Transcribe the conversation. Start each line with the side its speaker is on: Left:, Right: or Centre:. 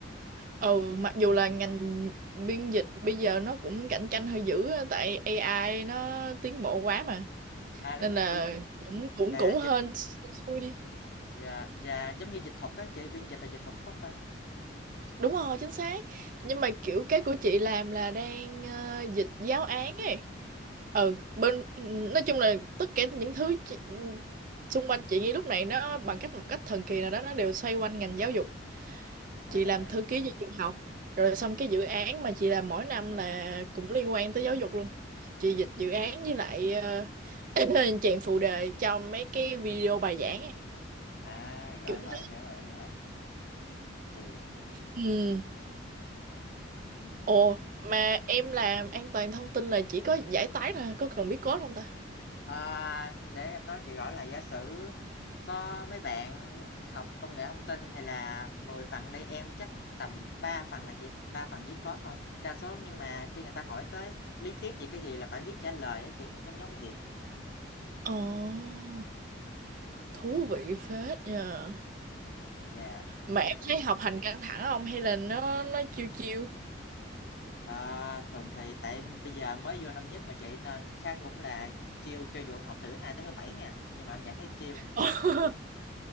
Right: ừ mặc dù là ngành biên dịch bây giờ nó cũng cạnh tranh hơi dữ á, tại AI nó tiến bộ quá mà
Left: à là
Right: nên
Left: có
Right: là
Left: biên dịch
Right: cũng cũng
Left: là
Right: cũng
Left: dịch
Right: hên xui đi
Left: là, là giống như dịch thuật á chị biên dịch là dịch thuật phải không ta
Right: đúng rồi chính xác nhưng mà kiểu cái của chị làm là đang ờ, dịch giáo án ấy ừ bên nói chung là tất cả những thứ chị- xung quanh chị ngay lúc này nó bằng cách một cách thần kỳ nào đó nó đều xoay quanh ngành giáo dục chị
Left: à
Right: làm thư ký cho trường học rồi xong cái dự án mà chị làm mỗi năm là cũng liên quan tới giáo dục luôn chị dịch dự án với lại uh, <clears throat> chèn <coughs> phụ đề cho mấy cái video bài giảng ấy.
Left: à rồi
Right: kiểu
Left: rồi
Right: thế
Left: hiểu rồi em hiểu rồi tùy
Right: ừ.
Left: dạ, ừ.
Right: ồ mà em làm an toàn thông tin là chỉ có giải tán thôi có cần biết code không ta
Left: À, để em nói chị rõ là giả sử có mấy bạn học công nghệ thông tin thì là 10 phần đây em chắc tầm 3 phần là chị 3 phần viết code thôi đa số nhưng mà khi người ta hỏi tới lý thuyết gì cái gì là phải biết trả lời á chị giống giống như vậy
Right: ồ thú vị phết nha
Left: dạ
Right: mà em
Left: nghe cũng
Right: thấy học hành căng thẳng không hay là nó nó chiêu chiêu
Left: à, thường thì tại bây giờ mới vô năm nhất mà chị nên khác cũng là chiêu cho dù em học từ thứ hai tới thứ bảy nha nhưng mà em vẫn thấy chiêu
Right: <laughs>